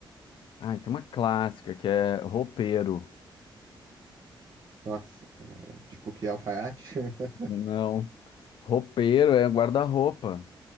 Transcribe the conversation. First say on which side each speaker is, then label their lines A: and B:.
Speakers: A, on the left; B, on the right.
A: Ai, tem uma clássica que é roupeiro.
B: Nossa, cara, é tipo que alfaiate? <laughs>
A: Não. Roupeiro é guarda-roupa.